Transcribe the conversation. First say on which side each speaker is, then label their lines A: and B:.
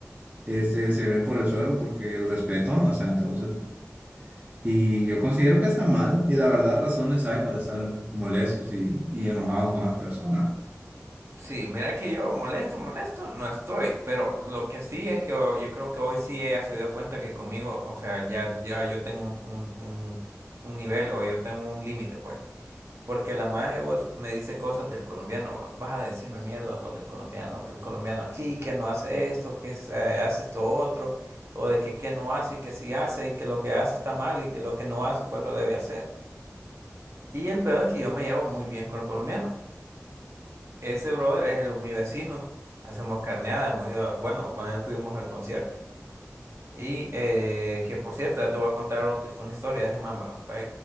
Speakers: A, on the right; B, on the right.
A: Este, se ven por el suelo porque el respeto no está entonces, man. Y yo considero que está mal y la verdad razones hay para estar molestos y, y enojados con las personas.
B: Sí, mira que yo molesto, molesto, no estoy, pero lo que sí es que ho- yo creo que hoy sí ella se dio cuenta que conmigo, o sea, ya, ya yo tengo un, un, un, un nivel o yo tengo un límite, pues. Porque la maje vos me dice cosas del colombiano, va, vas a decirme mierda vos del colombiano, que el colombiano aquí, que no hace esto, que es, eh, hace esto otro, o de que, que no hace y que sí hace y que lo que hace está mal y que lo que no hace pues lo debe hacer. Y el peor es que yo me llevo muy bien con el colombiano. Ese brother es el- mi vecino, hacemos carneada, hemos ido, a- bueno, con él fuimos al concierto. Y eh, que por cierto, ya te voy a contar otra- una historia de ese mamba,